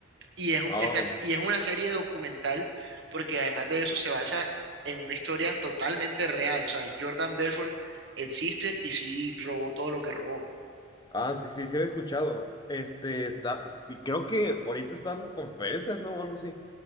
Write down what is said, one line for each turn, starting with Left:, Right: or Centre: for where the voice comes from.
Right: y es, un-
Left: Oh.
Right: esta- y es una serie documental porque además de eso se basa en una historia totalmente real. O sea, Jordan Belfort existe y sí robó todo lo que robó.
Left: Ah, sí, sí, sí había escuchado. Este, está, sí, creo que ahorita está dando conferencias, ¿no? O algo así.